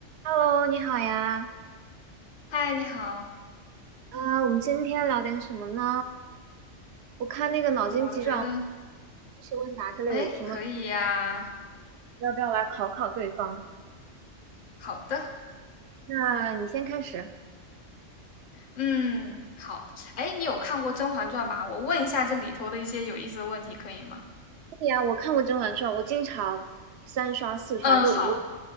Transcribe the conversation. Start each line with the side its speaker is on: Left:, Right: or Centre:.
Right: Hello，你好呀。
Left: 嗨，你好，
Right: 啊、我们今天聊点什么呢？我看那个脑筋急转弯、
Left: 我觉得，
Right: 知识问答之类的题目，
Left: 哎，可以呀，
Right: 要不要来考考对方？
Left: 好的，
Right: 那你先开始。
Left: 嗯，好，哎，你有看过《甄嬛传》吧？我问一下这里头的一些有意思的问题，可以吗？
Right: 对呀，我看过《甄嬛传》，我经常三刷四刷，
Left: 嗯，
Right: 就无
Left: 好，